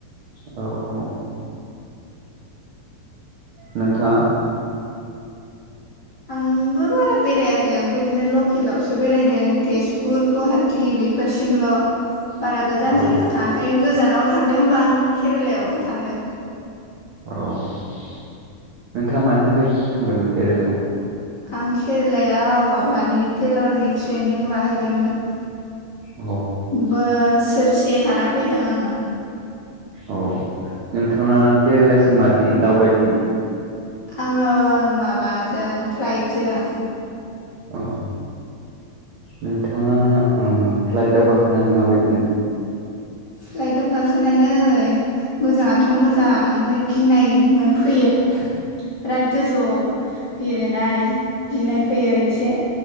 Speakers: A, on the right (about 65°); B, on the left (about 45°).
A: औ औ नोंथाङा
B: आंबो बारा बेरायाखै आंबो इदिनो लकेलावसो बेरायदों तेजपुर गुवाहा टि बिफोरसिमल' बारा गोजान
A: औ
B: जायगायाव थाङाखै आं गोजानाव थांदो होनबा आं केरेलायावल' थांदो
A: औ नोंथाङा मानि थाखाय थांदोंमोन केरेलायाव
B: आं खेरेलायाव माबानि टेलरनि ट्रेनिं लाहैदोमोन
A: अ
B: बोसोरसे थाना फैदों आङो
A: अ नोंथाङा केरेलासिम माजों दावबायदोंमोन
B: आङो माबाजों फ्लाइटजों
A: ओं नोंथाङा ओ फ्लाइटआव गाखोनानै माबायदि मोन
B: फ्लाइआव गाखोनानै मोजाङाथ' मोजां नो गिनाय नो फैयो बिराद गोजौआव बिरोनाय गिनाय फैयो इसे